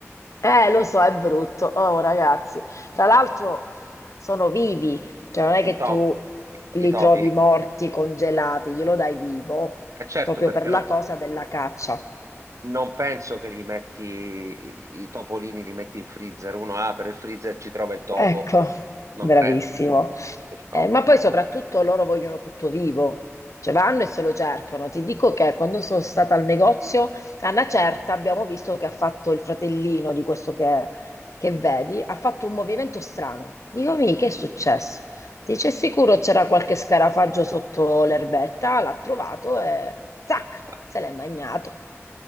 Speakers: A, on the left; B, on the right.
A: Eh, lo so, è brutto. Oh, ragazzi. Tra l'altro sono vivi, cioè non è che
B: I
A: tu
B: topi,
A: li
B: i
A: trovi
B: topi.
A: morti, congelati, glielo dai vivo,
B: Eh, certo,
A: proprio
B: perché
A: per la
B: non,
A: cosa della caccia.
B: non penso che gli metti i, i topolini, li metti in freezer. Uno apre il freezer, ci trova il topo.
A: Ecco,
B: Non
A: bravissimo.
B: credo, no? Il topo.
A: Eh, ma poi soprattutto loro vogliono tutto vivo, cioè vanno e se lo cercano. Ti dico che quando sono stata al negozio, a una
B: Eh,
A: certa abbiamo visto che ha fatto il fratellino di questo che, che vedi, ha fatto un movimento strano. Dico, mi, che è successo? Dice, sicuro c'era qualche scarafaggio sotto l'erbetta, l'ha trovato e zac,
B: Ah,
A: se l'è magnato.